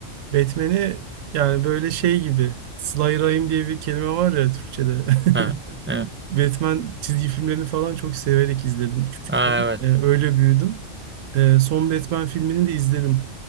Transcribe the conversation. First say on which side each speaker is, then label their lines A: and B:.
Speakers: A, on the right (about 80°); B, on the right (about 15°).
A: Batman'i yani böyle şey gibi Slayer'ayım diye bir kelime var ya Türkçe'de.
B: Ha,
A: <laughs>
B: evet.
A: Batman çizgi filmlerini falan çok severek izledim küçükken.
B: Ha, evet.
A: Ee, öyle büyüdüm. Ee, son Batman filmini de izledim.